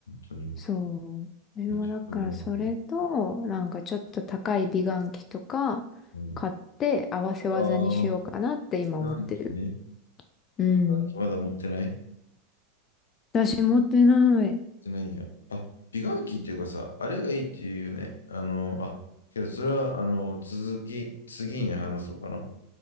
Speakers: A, on the left (about 80°); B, on the left (about 30°).
A: 当に。
B: そう。私もだからそれと、
A: え、ちょっと今、
B: なんかちょっと高い美顔器とか
A: うん、
B: 買って合わせ技にしようかなって今思ってる。
A: ああ、美顔器ね。
B: うん。
A: 美顔器まだ持ってない持っ
B: 私持ってない。
A: てないんや。あ、美顔器っていうかさ、あれがいいっていうよね。あの、あ、けどそれは、あの、続き、次に話そうかな。